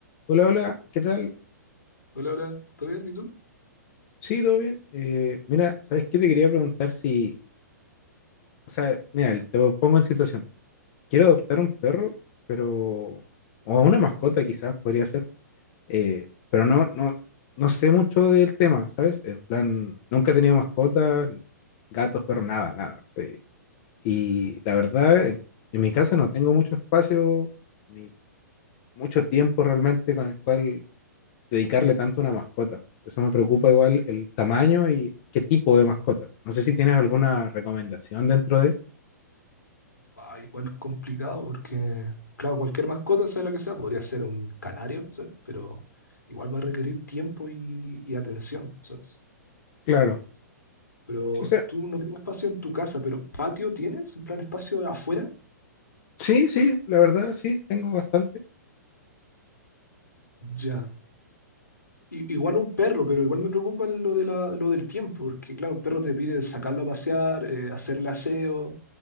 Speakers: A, on the left; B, on the left.
A: Hola, hola, ¿qué tal?
B: Hola, hola, ¿todo bien? ¿Y tú?
A: Sí, todo bien. Eh, mira, ¿sabes qué te quería preguntar si, o sea, mira, te lo pongo en situación. Quiero adoptar un perro, pero, o una mascota quizás podría ser, eh, pero no, no, no sé mucho del tema, ¿sabes? En plan, nunca he tenido mascota, gatos, perros, nada, nada. sí. Y la verdad, en, en mi casa no tengo mucho espacio, ni mucho tiempo realmente con el cual dedicarle tanto a una mascota. Por eso me preocupa igual el tamaño y qué tipo de mascota. No sé si tienes alguna recomendación dentro de...
B: Ah, igual complicado porque, claro, cualquier mascota, sea la que sea, podría ser un canario, ¿sabes? Pero igual va a requerir tiempo y, y atención, ¿sabes?
A: Claro.
B: Pero
A: Sí, O sea,
B: tú no tienes espacio en tu casa, pero ¿patio tienes? ¿En plan espacio afuera?
A: sí, sí, la verdad sí, tengo bastante.
B: Ya. I- igual un perro, pero igual me preocupa lo de la, lo del tiempo, porque claro, un perro te pide sacarlo a pasear, eh, hacerle aseo,